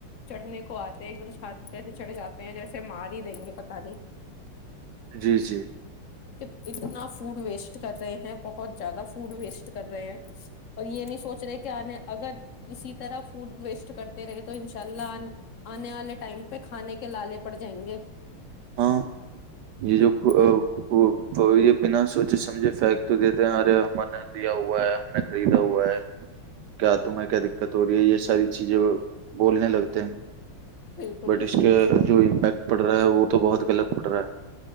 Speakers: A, on the left (about 65°); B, on the right (about 80°).
A: چڑھنے کو آتے ایک دم چھات سے چڑے جاتے ہیں جیسے مارج دیں گے پتا نہیں
B: جی جی
A: اتنا فوڈ ویسٹ کر رہے ہیں بہت زیادہ فوڈ ویسٹ کر رہے ہیں اور یہ نہیں سوچ رہے آنے اگر اسی طرح فوڈ ویسٹ کرتے رہے تو انشاء اللہ آنے والے ٹائم پہ کھانے کے لالے پڑ جائیں گے
B: ہاں یہ جو
A: ہاں
B: وہ یہ بنا سوچے سمجھے پھی تو دیتے ہیں ارے ہم نے دیا ہوا ہے ہم نے خریدا ہوا ہے کیا تمہیں کیا دقت ہو رہی ہے یہ ساری چیزیں بولنے لگتے ہیں
A: بالکل
B: بٹ
A: بالکل
B: اس کے جو امپیکٹ پڑ رہا ہے وہ تو بہت غلط پھٹ رہا ہے